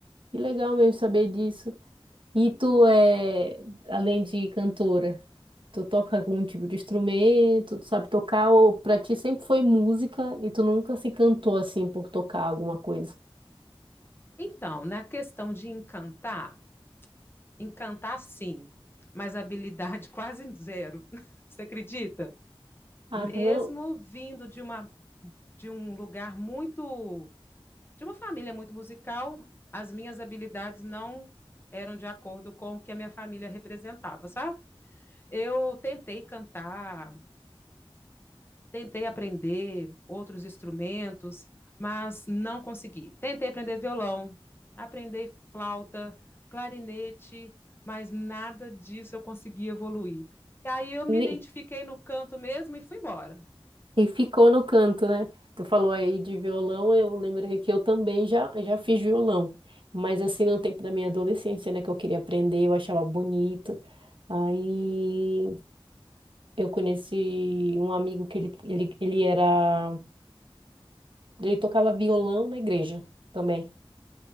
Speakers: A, on the right; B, on the left.
A: Que legal mesmo saber disso. E tu é, além de cantora, tu toca algum tipo de instrumento, tu sabe tocar, ou pra ti sempre foi música e tu nunca se cantou assim por tocar alguma coisa?
B: Então, na questão de encantar, encantar sim, mas habilidade quase zero. <laughs> Você acredita?
A: Ah,
B: Mesmo
A: tu não.
B: vindo de uma de um lugar muito de uma família muito musical, as minhas habilidades não eram de acordo com o que a minha família representava, sabe? Eu tentei cantar Tentei aprender outros instrumentos, mas não consegui. Tentei aprender violão, aprender flauta, clarinete, mas nada disso eu consegui evoluir. E aí eu me
A: ne-
B: identifiquei no canto mesmo e fui embora.
A: E ficou no canto, né? Tu falou aí de violão, eu lembrei que eu também já, já fiz violão. Mas assim, no tempo da minha adolescência, né, que eu queria aprender, eu achava bonito. Aí eu conheci um amigo que ele, ele, ele era. Ele tocava violão na igreja também.